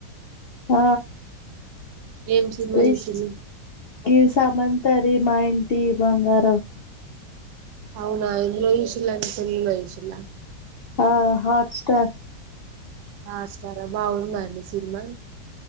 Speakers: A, on the left (about 60°); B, on the right (about 85°).
A: ఆ
B: ఏం సినిమా
A: రిస్
B: చూసిలు
A: గి సమంత ది మా ఇంటి బంగారం
B: అవునా ఎందులో చూశిల్లు అండి సెల్లుల చూసిల్లా
A: ఆ హాట్ స్టార్
B: హాట్స్టార్ బాగుంద అండి సినిమా